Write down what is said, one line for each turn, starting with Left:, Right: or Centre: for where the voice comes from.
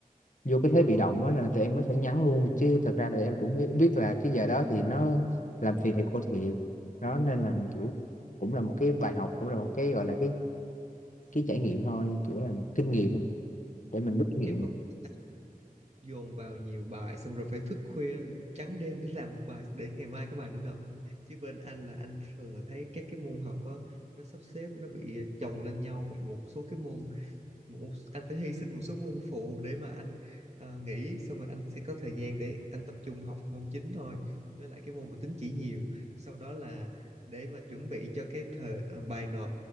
Left: vô cái thế bị động á là tụi em mới phải nhắn luôn chứ thực ra là em cũng hi- biết là cái giờ đó thì nó làm phiền thầy cô thiệt đó nên là
Right: ừ,
Left: kiểu cũng là một cái bài học cũng là một cái gọi là cái cái trải nghiệm thôi kiểu là kinh nghiệm để mình rút kinh nghiệm
Right: em có <laughs> dồn vào nhiều bài xong rồi phải thức khuya trắng đêm để làm một bài để ngày mai có bài để nộp không chứ bên anh là anh thường là thấy các cái môn học á nó sắp xếp nó bị chồng lên nhau một số cái môn một, anh phải hy sinh một số môn phụ để mà anh ờ, nghỉ xong rồi anh sẽ có thời gian để anh tập trung học môn chính thôi với lại cái môn mà tính chỉ nhiều sau đó là để mà chuẩn bị cho cái thời ờ, bài nộp